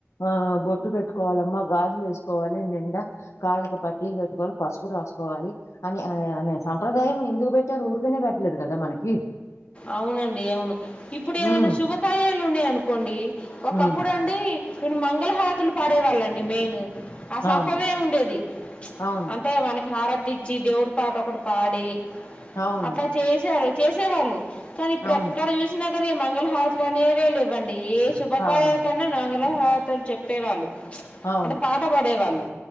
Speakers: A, on the left; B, on the left.
A: ఆ బొట్టు పెట్టుకోవాలమ్మా గాజులు వేసుకోవాలి నిండా కాళ్ళకు పట్టీలు పెట్టుకోవాలి పసుపు రాసు కోవాలి అని అనే అనే సంప్రదాయం ఎందుకు పెట్టారు ఊరుకనే పెట్టలేదు కదా మనకి
B: అవునండి అవును ఇప్పుడు
A: హ్మ్.
B: ఏమైనా శుభకార్యాలు ఉన్నాయనుకోండి ఒకప్పుడండి
A: హ్మ్.
B: కొన్ని మంగళహారతులు పాడేవాళ్ళండి మెయిన్ ఆ సంప్రదాయం
A: అవును.
B: ఉండేది
A: అవును.
B: అంటే మనకి హార తెచ్చి దేవుడి పాట ఒకటి పాడి
A: అవును.
B: అట్ల
A: అవును.
B: చేసారు చేసేవారు కానీ ఇప్పుడెక్కడ
A: అవును.
B: చుసినా ఈ మంగళహారాతులనేవే లేవండి యే శుభకార్యాలకన్నా
A: ఆ!
B: మహాభారతం చెప్పేవాళ్ళు
A: అవును.
B: అంటే పాట పాడే వాళ్ళు